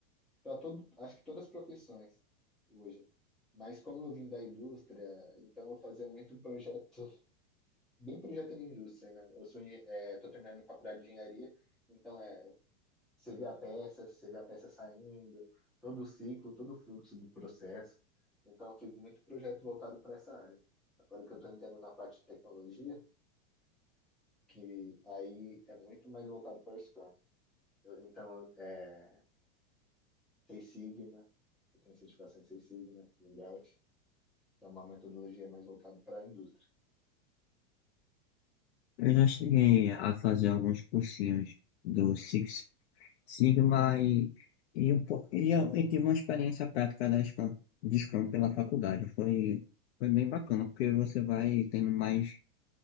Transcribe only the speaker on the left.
Eu já cheguei a fazer alguns cursinhos do Six Sigma e, e, um pouco- e eu, eu tive uma experiência prática da Scrum, de Scrum pela faculdade. Foi, foi bem bacana, porque você vai tendo mais,